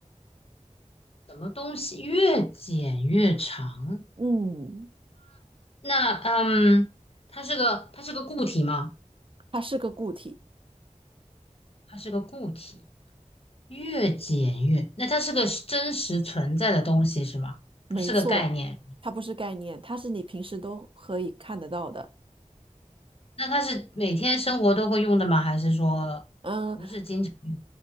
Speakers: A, on the left (about 50°); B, on the right (about 40°).
A: 什么东西越剪越长？
B: 嗯。
A: 那嗯，它是个它是个固体吗？
B: 它是个固体，
A: 它是个固体，越剪越，那它是个是真实存在的东西是吗？
B: 没错，
A: 不是个概念。
B: 它不是概念，它是你平时都可以看得到的。
A: 那它是每天生活都会用的吗？还是说
B: 嗯
A: 不是经常用？